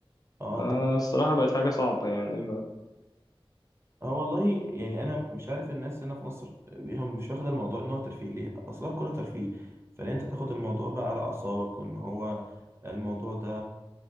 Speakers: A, on the right; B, on the left.
A: اه
B: آه الصراحه بقت حاجه صعبه يعني
A: هو والله يعني انا مش عارف الناس هنا في مصر هم مش واخده الموضوع ان هو ترفيه ليه اصلا الكوره ترفيه فليه انت تاخد الموضوع بقى على اعصابك وان هو الموضوع ده